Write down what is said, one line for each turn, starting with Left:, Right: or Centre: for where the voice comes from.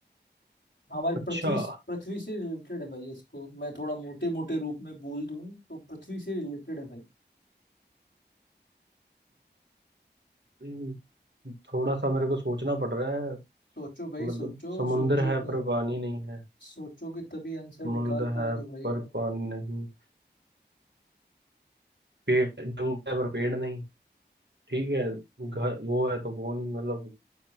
Left: हमारी
Right: अच्छा
Left: पृथ्वी पृथ्वी से रिलेटेड है भाई इसको मैं थोड़ा मोटे मोटे रूप में बोल दूं तो पृथ्वी से रिलेटेड है भाई
Right: हम्म, थोड़ा सा मेरे को सोचना पड़ रहा है
Left: सोचो भाई
Right: मतलब
Left: सोचो
Right: समुंदर
Left: सोचोगे
Right: है पर पानी नहीं है
Left: सोचोगे तभी आंसर
Right: समुंदर
Left: निकाल पाओगे
Right: है
Left: भाई
Right: पर पानी नहीं पेड़ जंगल है पर पेड़ नहीं ठीक है घर वो है तो वो नहीं मतलब